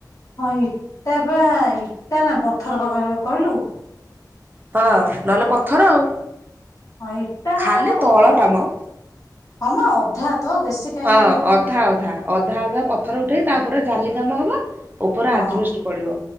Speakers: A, on the left (about 50°); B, on the right (about 25°).
A: ହଁ ଇଟା ବା ଇଟା ନା ବଥର ବ-ଅ-ଅ କହିଲୁ
B: ହଁ ନହେଲେ ପଥର ଆଉ।
A: ହଁ ଏଇଟା କଁଣ
B: ଖାଲି
A: ପଥର
B: ତଳଟା ମ
A: ହଁ ମ ଅଧା ତ ବେଶୀ କାଇଁ
B: ହଁ
A: ଇଏ କରି
B: ଅଧା ଅଧା ଅଧା ଅଧା ପଥର ଉଠେଇ ତା ଉପରେ ଜାଲି କାମ ହବ ଉପରେ
A: ହଁ
B: ଆଜବେଷ୍ଟ ପଡିବ